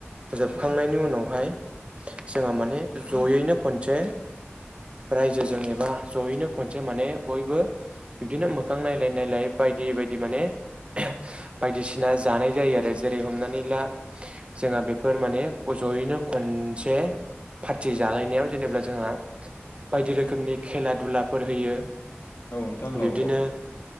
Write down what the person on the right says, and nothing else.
जोबखांनायनि उनावहाय जोङो माने जयैनो खनसे रायजोजों एबा जयैनो खनसे माने बयबो बिदिनो मोखां नायलाय नायलाय बायदि बायदि माने <unintelligible> बायदिसिना जानाय जायो आरो जेरै हमनानै ला जोंहा बेफोर माने जयैनो खनसे पार्टि जालायनायाव जेनेबा जोंहा बायदि रोखोमनि खेला दुलाफोर होयो
बिब्दिनो